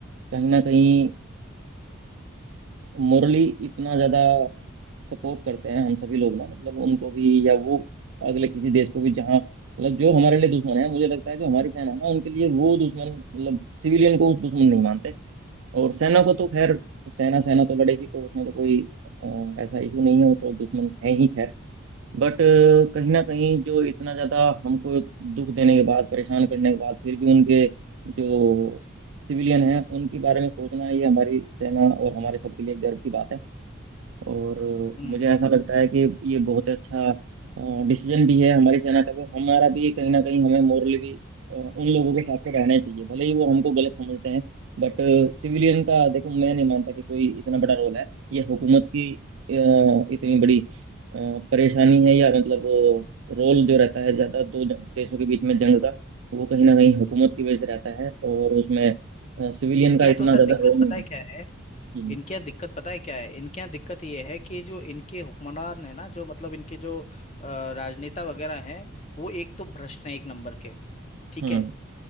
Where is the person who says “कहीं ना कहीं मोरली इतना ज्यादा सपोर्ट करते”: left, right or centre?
Right